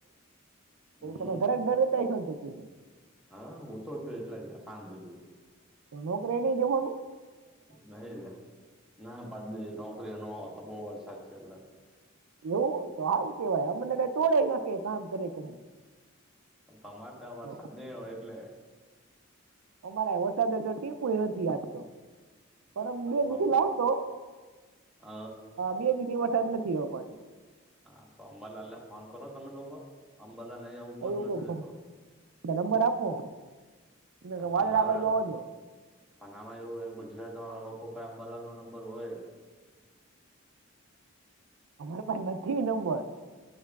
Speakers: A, in the centre; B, on the right.
A: હમ
B: એવું ઘરે દરતા.
A: હા, હું તો છું, એટલા ખા દીધી.
B: ત નક રહેને જેમનું <unintelligible>
A: નહી ના, પ નોકરીઓ ન તો બહુ વરસાદ છે એટલે.
B: એવું તો, આવારું કેવાય, અમને તોડે નાખે કામ કરે.
A: તમારે ત્યાં
B: તો
A: વરસાદ નહી હોય, એટલે.
B: અમારે વરસાદે તો ટીપ નથી આતો. પરમ
A: તો
B: બે દીધ
A: આમ
B: લ હતો,
A: હ
B: બે દીધ વન નથી આવ પાછ. <unintelligible>
A: હા, તો અંબરલાલ ને ફોન કરો તમે લોકો? અંબાલાલ. ઉભો
B: એવું
A: જ નથી
B: કઈ ખરું
A: રતો.
B: નંબર આપો ને
A: તમારા.
B: વાદળા આ બાજુ આવવા દો
A: પણ આમાં એવું હોય, ગુજરાત વાળા લોકો પણ આબલાલ નો નંબર હોય.
B: અમારે પાસે નથી નંબર.